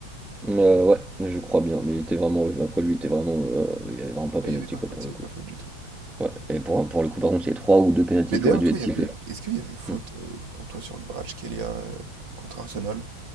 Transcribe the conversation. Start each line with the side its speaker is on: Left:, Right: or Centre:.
Centre: Euh, ouais, je crois bien. Mais il était vraiment. Après lui, il était vraiment. euh, il n'y avait vraiment pas
Right: Ouais,
Centre: penalty,
Right: il n'y avait pas
Centre: quoi,
Right: faute,
Centre: pour le
Right: il n'y avait
Centre: coup.
Right: pas faute du tout.
Centre: Ouais. Et pour, pour le coup, par contre, il y a trois ou deux penalties
Right: Mais d'ailleurs,
Centre: qui auraient dû
Right: toi,
Centre: être
Right: il
Centre: sifflés.
Right: y avait, est-ce qu'il y avait faute
Centre: Hmm.
Right: euh, pour toi sur Kvaratskhelia euh, contre Arsenal?